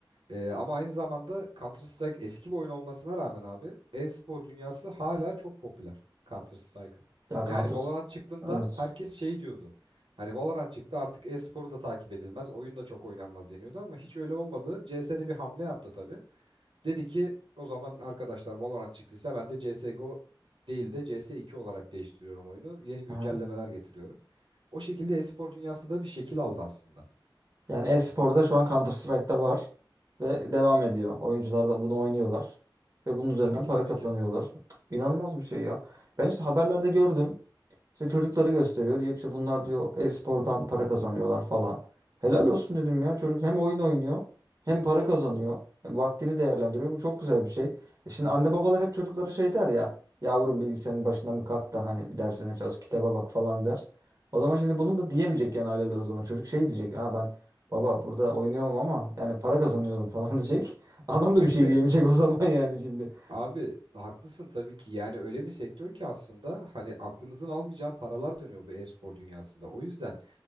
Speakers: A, on the right; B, on the right.
A: E, ama aynı zamanda Counter Strike eski bir oyun olmasına rağmen abi e-spor dünyası hala çok popüler Counter Strike'ın.
B: ya Counter
A: Yani Valorant çıktığında
B: evet.
A: herkes şey diyordu. Hani Valorant çıktı artık e-sporu da takip edilmez, oyun da çok oynanmaz deniyordu ama hiç öyle olmadı. CS'de bir hamle yaptı tabii. Dedi ki o zaman arkadaşlar Valorant çıktıysa ben de CSGO değil de CS2 olarak değiştiriyorum oyunu. Yeni güncellemeler
B: Hı.
A: getiriyorum. O şekilde e-spor dünyası da bir şekil aldı aslında.
B: Yani e-sporda şu an Counter Strike'da var ve devam ediyor. Oyuncular da bunu oynuyorlar ve bunun üzerinden
A: Tabii ki
B: para
A: tabii
B: kazanıyorlar.
A: ki.
B: İnanılmaz bir şey ya. Ben işte haberlerde gördüm. İşte çocukları gösteriyor. Diyor ki işte bunlar diyor e-spordan para kazanıyorlar falan. Helal olsun dedim ya çocuk hem oyun oynuyor hem para kazanıyor. Hem vaktini değerlendiriyor. Bu çok güzel bir şey. E şimdi anne babalar hep çocuklara şey der ya. Yavrum bilgisayarın başından bir kalk da hani bir dersine çalış kitaba bak falan der. O zaman şimdi bunu da diyemeyecek yani aileler o zaman. Çocuk şey diyecek. Ha ben baba burada oynuyorum ama yani para kazanıyorum falan <laughs> diyecek. Adam
A: <laughs>
B: da bir şey diyemeyecek o zaman yani şimdi.
A: Abi haklısın tabii ki. Yani öyle bir sektör ki aslında hani aklınızın almayacağı paralar dönüyor bu e-spor dünyasında. O yüzden